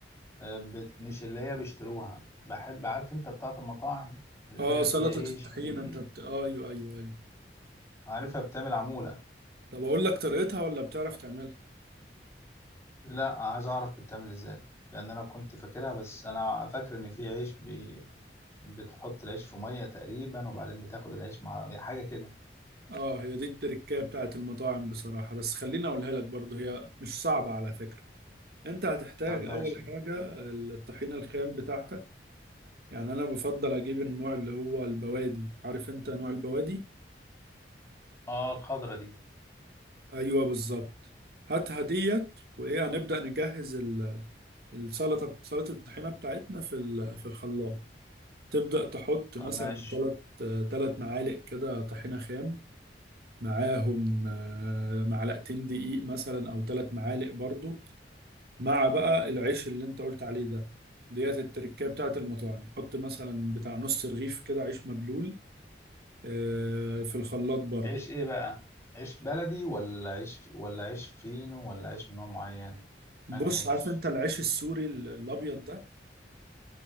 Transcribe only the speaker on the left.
آه، بت- مش اللي هي بيشتروها بحب عارف انت بتاعة المطاعم اللي
هي
في عيش
بي...
عارفها بتعمل عمولة
لا عايز اعرف بتتعمل ازاي لان انا كنت فاكرها بس انا فاكر ان في عيش بي... بتحط العيش في ميه تقريبا وبعدين بتاخد العيش مع يعني حاجه كده
طب ماشي
اه الخضره دي
طب
ماشي
عيش ايه بقى عيش بلدي ولا عيش ولا عيش فينو ولا عيش من نوع معين
انهي عيش